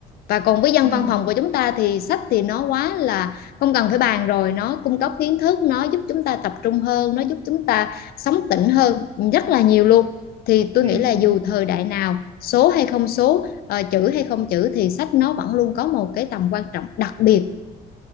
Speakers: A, on the left; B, on the right.
A: và còn với dân
B: ừ
A: văn phòng của chúng ta thì sách thì nó quá là không cần phải bàn rồi nó cung cấp kiến thức nó giúp chúng ta tập trung hơn nó giúp chúng ta sống tỉnh hơn rất là nhiều luôn thì tôi
B: ừ
A: nghĩ là
B: ừ,
A: dù thời đại nào số hay không số ờ, chữ hay không chữ thì sách nó vẫn luôn có một cái tầm quan trọng đặc biệt